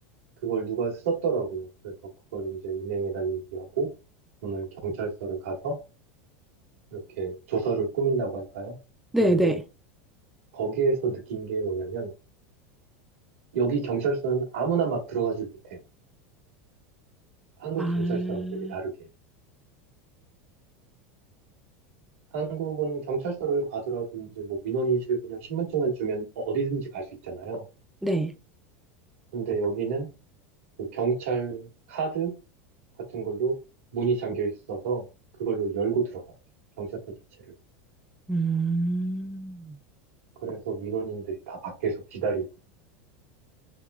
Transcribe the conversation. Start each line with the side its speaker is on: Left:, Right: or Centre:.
Right: 그걸 누가 썼더라고요. 그래서 그걸 이제 은행에다 얘기하고, 오늘 경찰서를 가서 이렇게 조서를 꾸민다고 할까요?
Centre: 네네.
Right: 그런데 거기에서 느낀 게 뭐냐면, 여기 경찰서는 아무나 막 들어가지 못해요. 한국
Centre: 아,
Right: 경찰서랑 되게 다르게. 한국은 경찰서를 가더라도 이제 뭐 민원인실 그냥 신분증만 주면 어- 어디든지 갈 수 있잖아요.
Centre: 네.
Right: 근데 여기는 그 경찰 카드 같은 걸로 문이 잠겨 있어서 그걸로 열고 들어가야 돼요. 경찰서 자체를.
Centre: 음,
Right: 그래서 민원인들이 다 밖에서 기다리고.